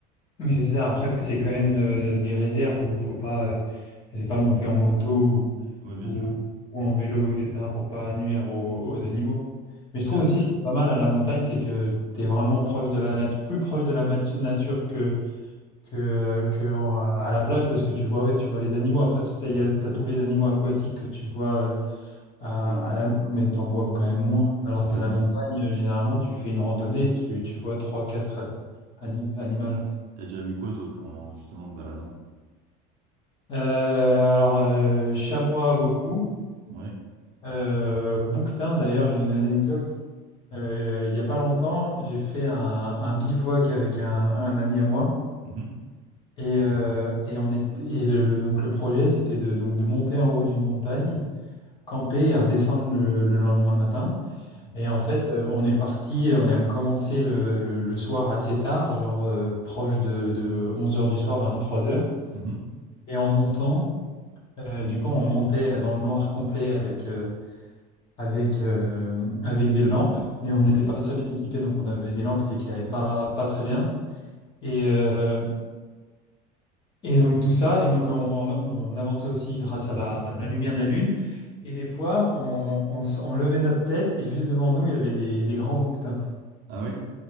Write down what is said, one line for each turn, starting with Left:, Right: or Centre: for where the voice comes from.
Left: Oui, c'est ça. Après, faut- c'est quand même euh, des réserves où faut pas, euh, je sais pas, monter en moto ou,
Right: Oui, bien
Left: ou,
Right: sûr.
Left: ou en vélo, etc. pour pas nuire aux, aux animaux. Mais
Right: Et
Left: je trouve
Right: t'as,
Left: aussi ce qui est pas mal à la montagne, c'est que tu es vraiment proche de la nature, plus proche de la matu- nature que, que, euh, que en- à la plage parce que tu vois, ouais, tu vois les animaux. Après, tu as, tous les animaux aquatiques que tu vois euh, à,
Right: oui,
Left: à
Right: c'est
Left: la
Right: sûr.
Left: mer, mais tu en vois quand même moins. Alors
Right: Oui,
Left: qu'à la
Right: t'en-
Left: montagne, euh, généralement, tu fais une randonnée, tu, tu vois trois quatre animaux.
Right: t'as déjà vu quoi, toi, en justement te baladant?
Left: Euh, alors, euh, chamois beaucoup.
Right: Ouais.
Left: Euh, bouquetin, d'ailleurs, j'ai une anecdote. Euh, il n'y a pas longtemps, j'ai fait un, un bivouac avec un, un ami à moi.
Right: Mhm.
Left: Et, euh, et on était, et le, le- donc le projet, c'était de, donc de monter en haut d'une montagne, camper et redescendre le, le lendemain matin.
Right: Ok.
Left: Et en fait, euh, on est parti, on a commencé le, le- le soir assez tard, genre euh, proche de, de 11h du soir, vingt-trois heures.
Right: Mhm.
Left: Et en montant, Euh, du coup, on montait dans le noir complet avec, euh, avec, euh, avec des lampes et on n'était
Right: Ouais.
Left: pas très bien équipés, donc on avait des lampes qui éclairaient pas, pas très bien. Et, euh, et donc tout ça, et donc on, on- on avançait aussi grâce à la, à la lumière de la lune. Et des fois, on, on, s- on levait notre tête et juste devant nous, il y avait des, des grands bouquetins
Right: Ah ouais?